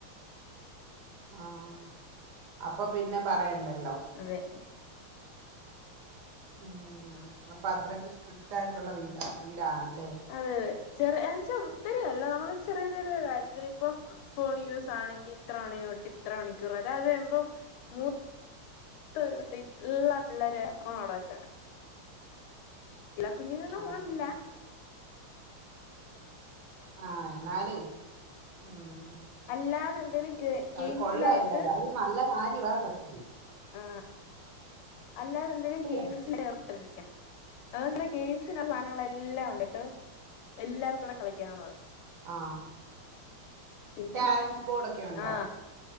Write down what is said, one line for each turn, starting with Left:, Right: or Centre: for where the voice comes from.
Right: ആഹ് അപ്പൊ പിന്നെ പറയണ്ടല്ലോ
Left: അതെ
Right: അഹ് അപ്പൊ അത്രയ്ക്ക് സ്ട്രിക്റ്റ് ആയിട്ടുള്ള വീട വീടാണല്ലേ
Left: അതെ അതെ ചെറ എന്ന വച്ചാ ഒത്തിരിയല്ല നമ്മള് ചെറിയ ചെറിയ കാര്യത്തിൽ ഇപ്പോ ഫോൺ യൂസ് ആണെങ്കിൽ ഇത്ര മണി തൊട്ട് ഇത്ര മണിക്കൂർ അതായത് ചെയ്യുമ്പം മൂ ത്തരുട്ടി എല്ലാ പിള്ളേര് <unintelligible> ഇള്ള കുഞ്ഞുങ്ങും
Right: ആഹ്
Left: ഫോണില്ല
Right: ആഹ് എന്നാലും ഉം
Left: അല്ലാതെ എന്തോലും ഗെയിം
Right: അത്
Left: ഗെയിംസിലായിട്ട്
Right: കൊള്ളാം ഏതായാലും നല്ല കാര്യവാ സത്യത്തിൽ
Left: ആ അല്ലാതെ എന്തെങ്കിലും
Right: അല്ലേ
Left: ഗെയിംസൽ ഏർപെട്ടിരിക്കാം അതാങ്കി ഗെയിംസിന്റെ സാധനങ്ങൾ എല്ലാംഉണ്ടട്ടൊ എല്ലാർക്കും കൂടെ കളിക്കാനുള്ളത്
Right: ആഹ്
Left: പിന്നെ
Right: ക്യാരംസ് ബോർഡ് ഒക്കെ ഉണ്ടോ
Left: ആഹ്